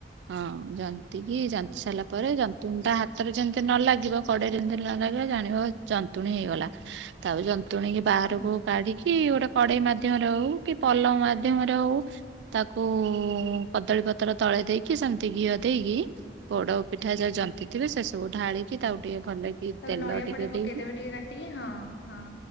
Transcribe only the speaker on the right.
ହଁ ଯନ୍ତି କି ଯନ୍ତି ସାରିଲା ପରେ ଯନ୍ତୁଣୀ ଟା ହାତରେ ଯେମିତି ନ ଲାଗିବ କଡ଼େଇ ରେ ଯେମିତି ନ ଲାଗିବ ଜାଣିବ ଯନ୍ତୁଣୀ ହେଇଗଲା। ତାପରେ ଯନ୍ତୁଣୀ କି ବାହାରକୁ
କାଢିକି ଗୋଟେ। କଡେଇ ମାଧ୍ୟମରେ ହଉ କି ପଲମ ମାଧ୍ୟମରେ ହଉ। ତାକୁ କଦଳୀ ପତ୍ର ତଳେ ଦେଇକି ସେମିତି ଘିଅ ଦେଇକି ପୋଡ। ପିଠା ଯାହା ଜନ୍ତିଥିବେ ସେ ସବୁ ଢାଳିକି ତାକୁ ଟିକେ ଭଲକି।
ତେଲ
ଟିକେ
ଦେଇକି